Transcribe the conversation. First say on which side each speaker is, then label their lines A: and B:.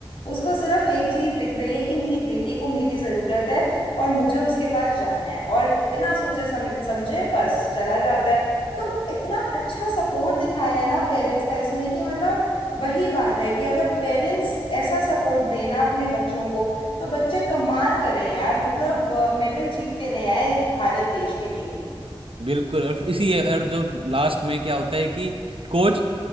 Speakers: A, on the left; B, on the right.
A: उसको सिर्फ एक चीज दिख रही है कि मेरी बेटी को मेरी जरूरत है और मुझे उसके पास जाना है और बिना सोचे सम, समझे बस चला जाता है तो इतना अच्छा सपोर्ट दिखाया है ना पेरेंट्स का इसमें कि मतलब वही बात है कि अगर पेरेंट्स ऐसा सपोर्ट देना अपने बच्चों को तो बच्चे कमाल करें यार मतलब मेडल जीत के ले आए भारत देश के लिए भी
B: बिल्कुल और इसी और जो लास्ट में क्या होता है कि कोच